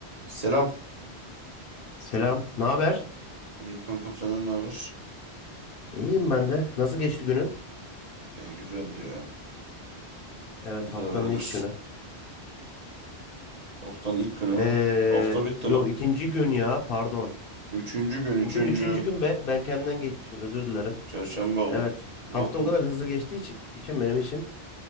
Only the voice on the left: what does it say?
Selam, ne haber?
İyiyim ben de. Nasıl geçti günün?
Evet,
haftanın ilk günü.
Ee,
yo
ikinci gün ya, pardon.
Bugün üçüncü gün be. Ben kendimden geçmişim, özür dilerim.
Evet,
hafta
o kadar hızlı geçtiği içi- için benim için